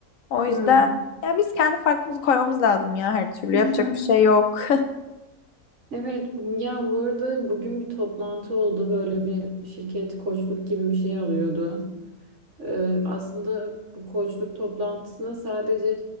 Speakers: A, on the left; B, on the right.
A: O yüzden
B: Hmm.
A: ya biz kendi farkımızı koymamız lazım ya her türlü
B: <laughs>
A: yapacak bir şey yok. <laughs>
B: Evet ya bu arada bugün bir toplantı oldu böyle bir şirket koçluk gibi bir şey oluyordu. Ee, aslında bu koçluk toplantısına sadece